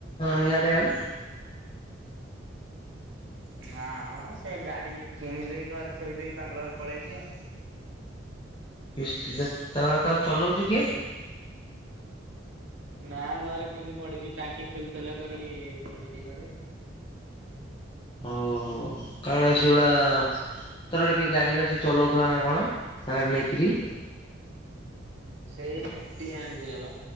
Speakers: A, on the left (about 25°); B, on the right (about 75°).
A: ହିଆଡେ ଆଉ
B: ନା ମା ସେ ଗାଡ଼ି କିଣି ଦେଇ ଘରେ ଥୋଇ ଦେଇ ବାଙ୍ଗଲୋର ପଳେଇଛି ଆଉ।
A: କିସ୍ତିଟା ତା-ତାହାଲେ ଚଲଉଛି କିଏ?
B: ନା ଘରେ ସେମିତି ପଡିଛି ଟାଙ୍କି ଫିଲ ତେଲ କରି ପଡିଛି ଘରେ।
A: ଓହୋ, କାଳେ ସେଗୁଡା ଥରେ କିଏ ଗୋଟେ ଗାଡ଼ି ବାସି ଚଲାଉଥିଲା ନା କଣ ଧାର ନେଇକିରି।
B: ସେଇ ଏମିତି ଆଣିଥିଲା ବା